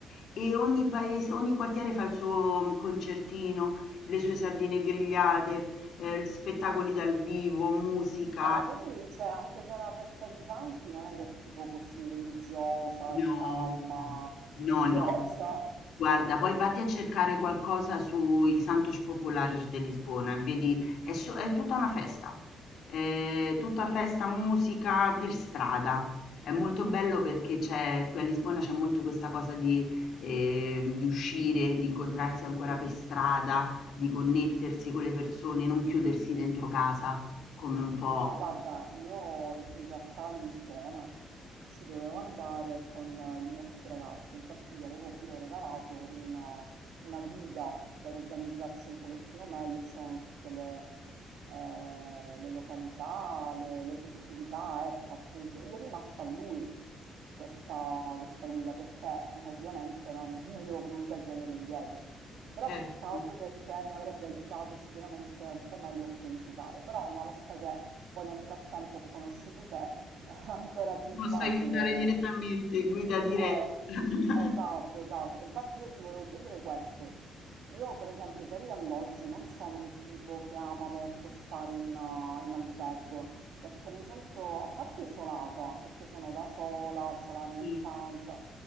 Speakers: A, on the left (about 65°); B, on the right (about 75°).
A: e ogni paese, ogni quartiere fa il suo concertino, le sue sardine grigliate, eh, spettacoli dal vivo, musica.
B: Ah, ma quindi, cioè, anche se è una festa di santi, non è che è tipo così religiosa,
A: No,
B: calma, No,
A: no,
B: noiosa,
A: no. Guarda, poi vatti a cercare qualcosa sui Santos Populares de Lisbona e vedi, è, so- è tutta una festa, è tutta festa, musica per strada. È molto bello perché c'è, qui a Lisbona c'è molto questa cosa di, eh, di uscire, di incontrarsi ancora per strada, di connettersi con le persone, non chiudersi dentro casa come un po'.
B: Allora, guarda, io in realtà a Lisbona ci dovevo andare con il mio ex ragazzo, infatti gli avevo pure regalato un- una guida per organizzarci un pochettino meglio, c'erano tutte le, eh, le località, le, le festività, ecco appunto, e gli è rimasta a lui questa, questa guida perché eh, ovviamente non, non gliel'ho voluta chiedere indietro. Però
A: Certo,
B: peccato
A: ti
B: perché mi avrebbe aiutato sicuramente un po' meglio a pianificare, però una volta che poi nel frattempo ho conosciuto te <laughs> è ancora più
A: posso
B: facile.
A: aiutare direttamente, guida diretta.
B: Eh,
A: <laughs>
B: esatto, esatto. Infatti io ti volevo chiedere questo. Io per esempio per gli alloggi non sono un tipo che ama molto stare in, eh, in albergo perché mi sento a parte isolata, perché sono da sola, ho la mia
A: Sì.
B: stanza